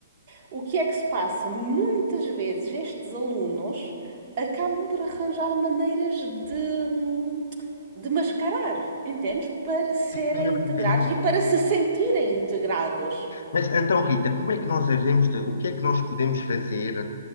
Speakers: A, on the right; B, on the left.
A: O que é que se passa? Muitas vezes estes alunos acabam por arranjar maneiras de, de mascarar, entendes? Para serem
B: Eu
A: integrados
B: entendo.
A: e para se sentirem integrados.
B: Mas então, Rita, como é que nós devemos, o que é que nós podemos fazer